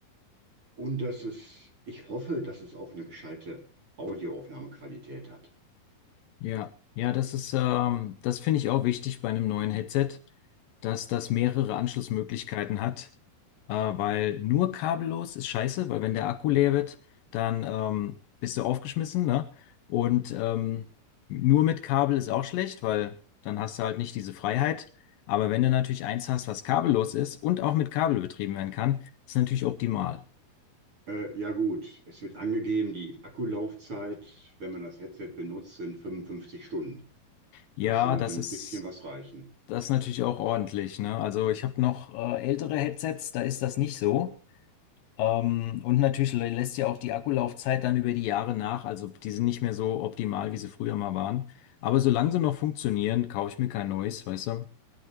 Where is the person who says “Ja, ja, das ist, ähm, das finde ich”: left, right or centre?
Left